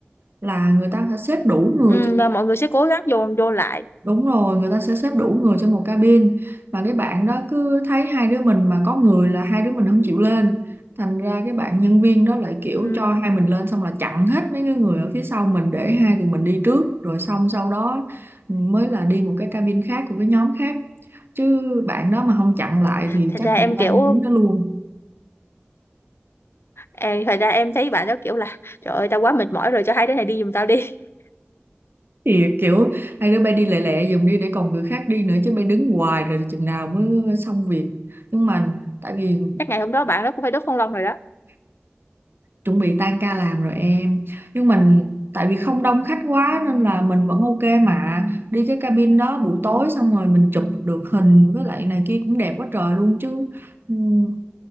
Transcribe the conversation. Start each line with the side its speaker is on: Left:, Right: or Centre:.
Right: là người ta sẽ xếp đủ người
Left: Ừ,
Right: cho
Left: và mọi người sẽ cố gắng dồn vô lại
Right: Đúng rồi, người ta sẽ xếp đủ người trong một cabin mà cái bạn đó cứ thấy hai đứa mình mà có người là hai đứa mình không chịu lên. Thành ra cái bạn nhân viên đó lại kiểu
Left: ừ.
Right: cho hai mình lên xong là chặn hết mấy cái người ở phía sau mình để hai tụi mình đi trước rồi xong sau đó mới là đi một cái cabin khác của cái nhóm khác. Chứ bạn đó mà không chặn lại thì
Left: Thật
Right: chắc
Left: ra em
Right: chị Lan
Left: kiểu
Right: đứng đó luôn.
Left: em thật ra em thấy bạn đó kiểu là trời ơi tao quá mệt mỏi rồi cho hai đứa này đi giùm tao đi <laughs>
Right: Thì kiểu hai đứa bay đi lẹ lẹ dùm đi để còn người khác đi nữa chứ bay đứng hoài rồi chừng nào mới xong việc. Nhưng mà tại vì
Left: chắc ngày hôm đó bạn đó cũng phải đốt phong long rồi đó
Right: chuẩn bị tan ca làm rồi em nhưng mình tại vì
Left: ừ.
Right: không đông khách quá nên là mình vẫn ok mà đi cái cabin đó buổi tối xong rồi mình chụp được hình với lại này kia cũng đẹp quá trời luôn chứ Ừm,